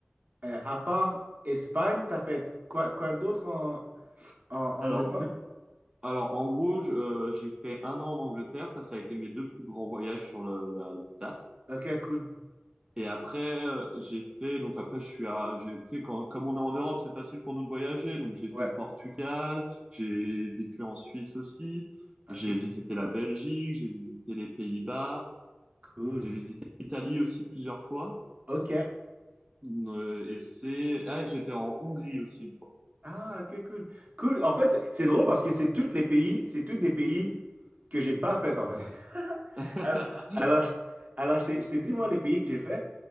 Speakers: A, on the right (about 45°); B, on the right (about 20°).
A: euh, à part Espagne, t'as fait quoi, quoi d'autre en, en, en
B: Alors,
A: Europe?
B: du- alors, en gros, je- euh, j'ai fait un an en Angleterre. Ça, ça a été mes deux plus grands voyages sur le- la longue date.
A: Ok, cool.
B: Et après, euh, j'ai fait, donc après, je suis à, j'ai- tu sais, quand- comme on est en Europe, c'est facile pour nous de voyager. Donc, j'ai
A: Ouais.
B: fait le Portugal, j'ai
A: Mm.
B: vécu en Suisse aussi,
A: Ok,
B: j'ai
A: cool.
B: visité la Belgique, j'ai visité les Pays-Bas,
A: Cool.
B: j'ai visité l'Italie aussi plusieurs fois.
A: Ok.
B: Euh, et c'est, ah, et j'étais en Hongrie aussi une fois.
A: Ah, ok, cool. Cool. En fait, c'est c'est drôle parce que c'est tous les pays, c'est tous des pays que j'ai pas fait, en fait. <laughs>
B: <laughs>
A: Alors, alors, je, alors, je t'ai je t'ai dit, moi, les pays que j'ai fait,